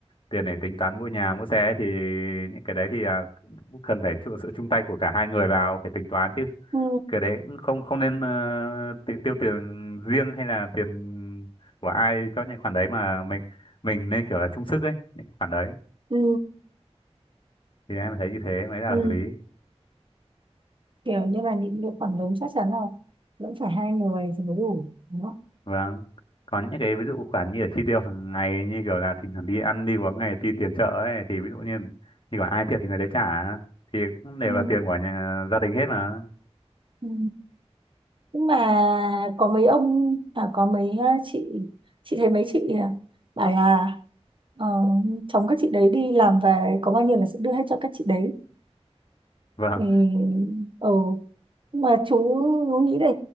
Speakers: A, on the left; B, on the right.
A: tiền để tính toán mua nhà mua xe ấy thì những cái đấy thì à, cũng cần phải chịu sự chung tay của cả hai người vào phải tính toán chứ
B: ừ,
A: cái đấy cũng không không nên ờ, ti- tiêu tiền riêng hay là tiền của ai cho những khoản đấy mà mình mình nên kiểu là chung sức ấy những khoản đấy
B: ừ,
A: thì em thấy như thế mới là
B: ừ.
A: hợp lý
B: kiểu như là những cái khoản lớn chắc chắn là vẫn phải hai người thì mới đủ đúng không
A: Vâng. Có những cái ví dụ khoản như là chi tiêu hàng ngày như kiểu là thỉnh thoảng đi ăn đi uống hay tiêu tiền chợ ấy thì ví dụ như như gọi ai thiện thì người đấy trả thì cũng đều
B: ừ,
A: là tiền của nhà, gia đình hết mà.
B: ừ. nhưng mà có mấy ông à, có mấy ờ, chị chị thấy mấy chị à, bảo là ờ, chồng các chị đấy đi làm về có bao nhiêu là sẽ đưa hết cho các chị đấy
A: Vâng,
B: thì ừ. Nhưng mà chú nghĩ là